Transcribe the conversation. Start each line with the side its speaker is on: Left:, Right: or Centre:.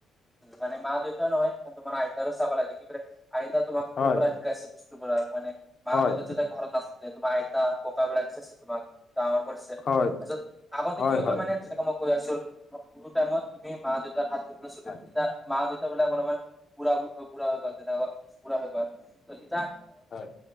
Centre: মানে মা দেউতা নহয়। তোমাৰ আইতাৰক চাব লাগে আইতা তোমাক সৰু
Left: হয়
Centre: পৰা শিকাইছে বস্তুবোৰৰ হয়নে? মা
Left: হয়
Centre: দেউতা যেতিয়া ঘৰত নাছিল। তোমাৰ আইতা ককা বোৰে চাইছে তোমাক। ডাঙৰ কৰিছে।
Left: হয়
Centre: তাৰপাছত আগতে
Left: হয়
Centre: কি হৈ
Left: হয়
Centre: মানে যে <unintelligible> সেইটো টাইমত তুমি মা দেউতাৰ হাত ধ
Left: হয়
Centre: এতিয়া মা দে দেউতা বিলাক অলপমান বুঢ়া বুঢ়া হৈ গ'ল, বুঢ়া হৈ গ'ল। এতিয়া
Left: হয়